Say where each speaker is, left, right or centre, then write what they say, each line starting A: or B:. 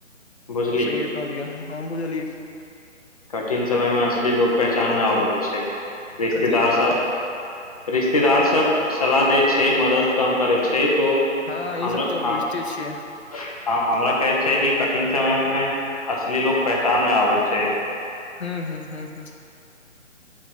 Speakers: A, on the left; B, on the left.
A: बुझली
B: त सीए कहलिय हँ बुझलियै
A: कठिन समय मे असली लोक पहचान मे आबैत छै रिश्तेदारसभ
B: कथी
A: रिश्तेदार सब सलाह दै छै मदद कम करै छै तो
B: हँ
A: हमरा
B: ईसभ तऽ
A: हाँ,
B: बुझिते छियै
A: हाँ, हमरा कहैत छै कि कठिन समय मे असली लोको पहचान मे आबैत छै
B: हँ हू हँ ह